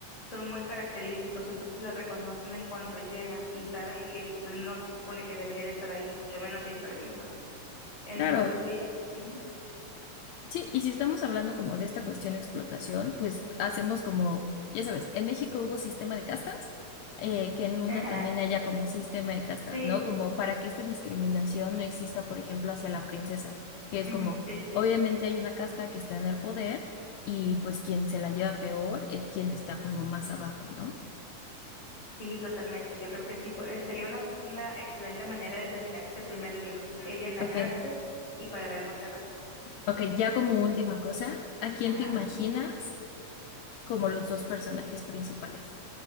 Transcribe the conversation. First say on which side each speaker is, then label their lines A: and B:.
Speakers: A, on the left; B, on the left.
A: son muy característicos, entonces la reconocen en cuanto llega y saben que pues no se supone que debería de estar ahí, mucho menos sin permiso. Entonces
B: Claro,
A: sí. ujú.
B: sí, y si estamos hablando como de esta cuestión de explotación, pues hacemos como, ya sabes, en México hubo sistema de castas, eh, que en Luna
A: <laughs>
B: también haya como sistema de castas,
A: Sí,
B: ¿no? Como para que esta discriminación no exista, por ejemplo, hacia la princesa, que es
A: ujú,
B: como,
A: Sí, sí, sí.
B: obviamente hay una casta que está en el poder y pues quien se la lleva peor es quien está como más abajo, ¿no?
A: Sí, totalmente. Yo creo que sí fue- eh, sería una, una excelente manera de terminar ese primer libro. Ella en la
B: Ok,
A: cárcel y para ver dónde va.
B: Ok, ya como última cosa, ¿a quién
A: Ajá.
B: te imaginas como los dos personajes principales?